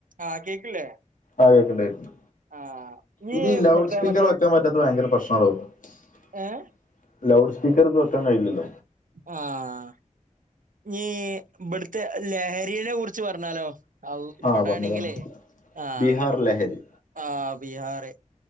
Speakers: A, on the right (about 80°); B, on the left (about 75°).
A: ആഹ് കേക്കില്ലേ
B: ആഹ് കേക്ക്ണ്ട് കേക്ക്ണ്ട്
A: ആഹ് നീ
B: ഇത് ലൗഡ്
A: ഇവിടുത്തെ
B: സ്പീക്കർ
A: മറ്റേ
B: വെക്കാൻ പറ്റാത്ത ഭയങ്കര പ്രശ്നം അവളൊ. <unintelligible>
A: ഏഹ്
B: ലൗഡ് സ്പീക്കർ വെക്കാൻ കഴയുന്നില്ല.
A: ആഹ് ഈ ഇവുടുത്തെ ലഹരിനെ കുറിച്ച് പറഞ്ഞാലോ അളള ഇവിടെ
B: ആ പറഞ്ഞു
A: ആണെങ്കില്
B: പറഞ്ഞു
A: ആഹ്
B: ബീഹാർ ലഹരി
A: ആഹ് ബീഹാറ്.